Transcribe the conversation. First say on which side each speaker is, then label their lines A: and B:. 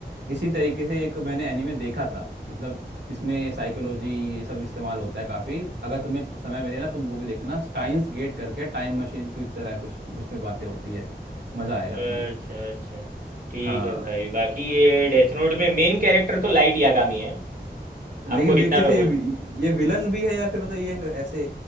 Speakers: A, on the right; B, on the right.
A: इसी तरीके से एक मैंने एनीमे देखा था मतलब इसमें साइकोलॉजी ये सब इस्तेमाल होता है काफ़ी अगर तुम्हें समय मिले ना तुम वो भी देखना स्टाइन्स गेट करके टाइम मशीन की तरह कुछ इसमें बातें होती है मज़ा आएगा तुम्हें
B: अच्छा अच्छा
A: हाँ
B: ठीक है भाई बाकी ये डेथ नोट में मेन कैरेक्टर तो लाइट यागामी है
A: लेकिन
B: आपको
A: देखते
B: इतना मैं
A: से
B: बोल
A: ये
B: दूँ
A: ये विलन भी है या फिर मतलब ये ऐसे